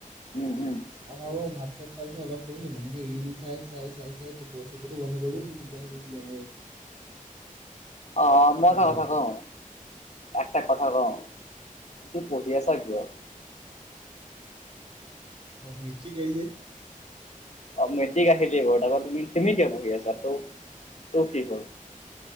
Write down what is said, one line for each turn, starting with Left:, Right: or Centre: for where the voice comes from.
Left: উম-উম। <unintelligible>
Right: মই ভাবো ভাত-চাত খাই অলপ পঢ়িম, এনেকে ৰিল চাই-চাই-চাই-চাই <unintelligible> ত চকুতো বন্ধ কৰোঁ <unintelligible> টোপনি গুচি যাওঁ আৰু। <inaudible>
Left: অঁ
Right: থাকি
Left: মই এটা
Right: যায়
Left: কথা
Right: আৰু
Left: কওঁ? একটা কথা কওঁ? <unintelligible> তুমি পঢ়ি আছা কিয়? <inaudible>
Right: অঁ মিকি <unintelligible> যে।
Left: অঁ মেট্ৰিক আহিলেই বাৰু তাৰপৰা তুমি-তুমি কিয় পঢ়ি আছা? তৌ তোৰ কি হ'ল? <unintelligible>